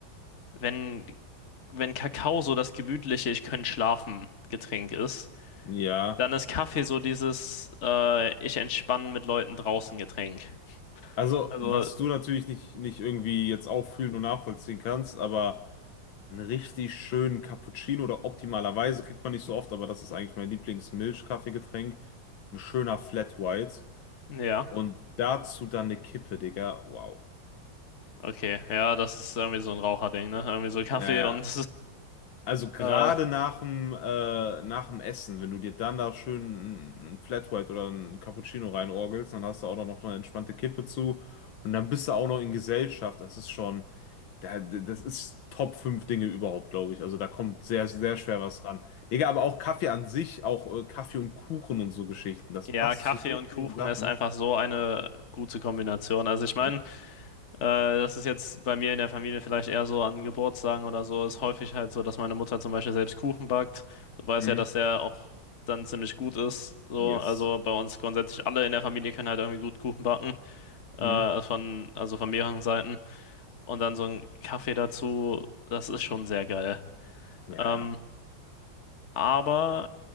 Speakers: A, on the left; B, on the left.
A: wenn, wenn Kakao so das gemütliche, ich kann schlafen Getränk ist,
B: Ja.
A: dann ist Kaffee so dieses äh, ich entspanne mit Leuten draußen Getränk.
B: Also,
A: Also,
B: was du natürlich nicht, nicht irgendwie jetzt auch fühlen und nachvollziehen kannst, aber. Einen richtig schönen Cappuccino oder optimalerweise kriegt man nicht so oft, aber das ist eigentlich mein Lieblings-Milchkaffeegetränk. Ein schöner Flat White
A: ja.
B: und dazu dann eine Kippe, Digga. Wow.
A: Okay, ja, das ist irgendwie so ein Raucherding, ne? Irgendwie so Kaffee
B: Äh,
A: und
B: Also gerade
A: <laughs> äh,
B: nach dem, äh, nach dem Essen, wenn du dir dann da schön ein Flat White oder ein Cappuccino reinorgelst, dann hast du auch noch eine entspannte Kippe zu und dann bist du auch noch in Gesellschaft. Das ist schon, da- das ist Top 5 Dinge überhaupt, glaube ich. Also da kommt sehr, sehr schwer was ran. Digga, aber auch Kaffee an sich, auch äh, Kaffee und Kuchen und so Geschichten, das
A: ja,
B: passt
A: Kaffee
B: zu so
A: und Kuchen
B: vielen Sachen.
A: ist einfach so eine gute Kombination. Also ich meine,
B: Ne?
A: äh, das ist jetzt bei mir in der Familie vielleicht eher so an Geburtstagen oder so, ist häufig halt so, dass meine Mutter zum Beispiel selbst Kuchen backt. Du weißt
B: Hm,
A: ja, dass der auch dann ziemlich gut ist. So,
B: yes.
A: also bei uns grundsätzlich alle in der Familie können halt irgendwie gut Kuchen backen, äh,
B: Hm,
A: von, also von mehreren Seiten. Und dann so ein Kaffee dazu, das ist schon sehr geil.
B: ja,
A: Ähm,
B: ja.
A: aber